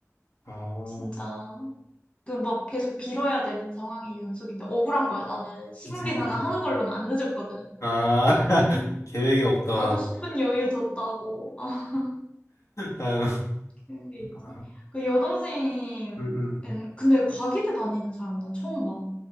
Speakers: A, on the left; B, on the left.
A: 어,
B: 진짜 그 막 계속 빌어야 되는 상황이 연속인데 억울한 거야. 나는 시간
A: 그치,
B: 계산을
A: 그치.
B: 하는 걸로는 안 늦었거든.
A: 아, <laughs> 계획이 없던.
B: 나도 10분 여유 뒀다고. 아,
A: 아,
B: 그런 게 있지.
A: 아,
B: 그 여동생은
A: 음, 음.
B: 근데 과기대 다니는 사람 나 처음 봐.